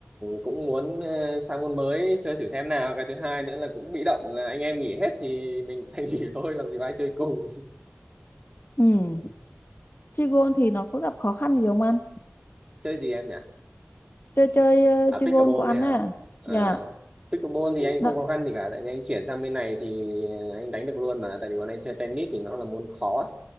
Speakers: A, on the right; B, on the left.
A: cũng muốn ờ, sang môn mới chơi thử xem nào cái thứ hai nữa là cũng bị động là anh em nghỉ hết thì mình phải <laughs> nghỉ thôi làm gì có ai chơi cùng
B: ừ. Chơi gôn thì nó có gặp khó khăn gì không anh
A: <laughs> chơi gì em nhỉ
B: chơi chơi ờ,
A: à
B: chơi
A: pickleball
B: gôn của anh
A: đấy hả
B: à
A: Ờ,
B: dạ
A: pickleball thì anh không
B: Nó-
A: khó khăn gì cả tại vì anh chuyển sang bên này thì ờ, anh đánh được luôn mà tại vì bọn anh chơi tennis thì nó là môn khó